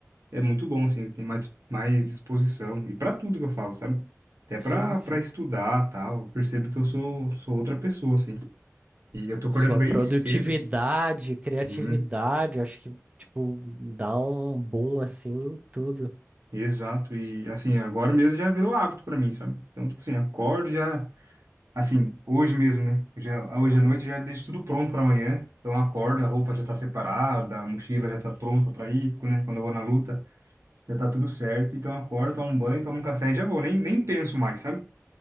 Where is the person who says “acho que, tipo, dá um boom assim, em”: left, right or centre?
Right